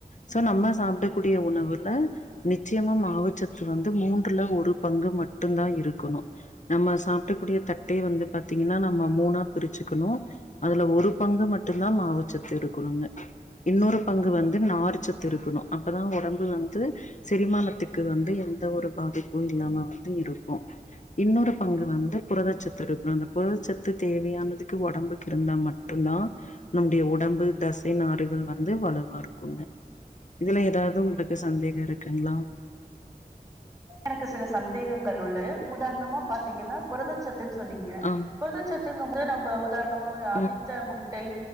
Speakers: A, on the left (about 50°); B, on the right (about 20°).
A: சோ நம்ம சாப்டக்கூடிய உணவுல நிச்சயமா மாவுச்சத்து வந்து மூன்றுல ஒரு பங்கு மட் டுந்தா இருக்கணு நம்ம சாப்டக் கூடிய தட்டே வந்து பாத்தீங்கன்னா நம்ம மூணா பிரிச்சிக்கணு அதுல ஒரு பங்கு மட்டுந்தா மாவுச் சத்து இருக்கணுங்க இன்னொரு பங்கு வந்து நார்ச்சத்து இருக்கணு அப்பதா ஒடம்பு வந்து செரிமானத்துக்கு வந்து எந்த ஒரு பாதிப்பு இல்லாம வந் து இருக்கு இன்னொரு பங்கு வந்து புரதச்சத்து இருக்ணு அந்த புரதச்சத்து தேவையானதுக்கு ஒடம்புக்கு இருந்தா மட்டுந்தா நம்முடைய உடம்பு தசை நாறுகள் வ ந்து வலுவா இருக்குங்க இதுல ஏதாவ்து உங்களுக்கு சந்தேக இருக்குங்களா
B: எனக்கு சில சந்தேகங்கள் உள்ளது உதாரணமா பாத்தீங்கன்னா புரதச்சத்து துன் சொன்னீங்க
A: ஆ
B: புரதச்சத்துங்கம் போது நம்ப உதாரணமா ஒரு அவித்த
A: ம்
B: முட்டை